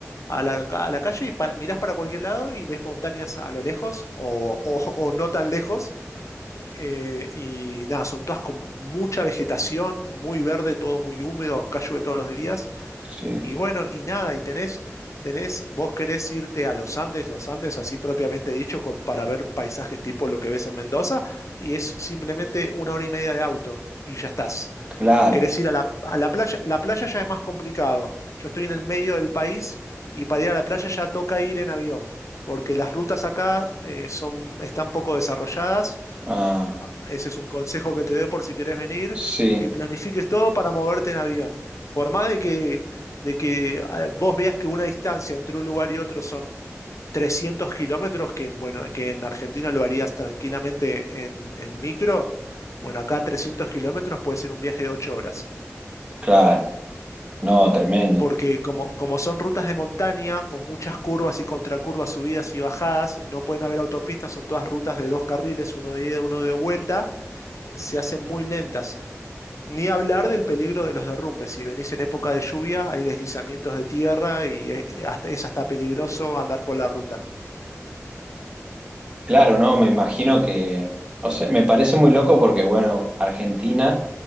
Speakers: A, on the left; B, on the right.
A: a la, ca- a la calle y pa- mirás para cualquier lado y ves montañas a lo lejos o, o- o no tan lejos. eh, y nada, son todas con mucha vegetación, muy verde, todo muy húmedo, acá llueve todos los días.
B: sí,
A: Y bueno, y nada, y tenés, tenés, vos querés irte a los Andes, los Andes, así propiamente dicho, con, para ver paisajes tipo lo que ves en Mendoza, y es simplemente una hora y media de auto y ya estás
B: claro.
A: querés ir a la, a la playa, la playa ya es más complicado. Yo estoy en el medio del país y para ir a la playa ya toca ir en avión, porque las rutas acá eh, son, están poco desarrolladas.
B: Ah,
A: Ah, Ese es un consejo que te doy por si querés venir,
B: sí,
A: que planifiques todo para moverte en avión. Por más de que, de que ah, vos veas que una distancia entre un lugar y otro son 300 kilómetros, que, en, bueno, que en Argentina lo harías tranquilamente en, en micro. Bueno, acá 300 kilómetros puede ser un viaje de 8 horas.
B: claro. No, tremendo.
A: porque como, como son rutas de montaña, con muchas curvas y contracurvas, subidas y bajadas, no pueden haber autopistas, son todas rutas de dos carriles, uno de ida y uno de vuelta, eh, se hacen muy lentas. Ni hablar del peligro de los derrumbes. Si venís en época de lluvia, hay deslizamientos de tierra y eh, hasta, es hasta peligroso andar por la ruta.
B: Claro, no, me imagino que, o sea, me parece muy loco porque, bueno, Argentina